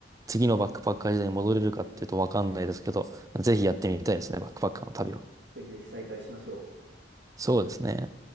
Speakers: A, on the right; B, on the right.
A: 次のバックパッカー時代に戻れるかっていうとわかんないですけど、
B: はい。
A: ぜひやってみたいですね。バックパッカーの旅は。
B: ぜひぜひ再開しましょう。
A: そうですね。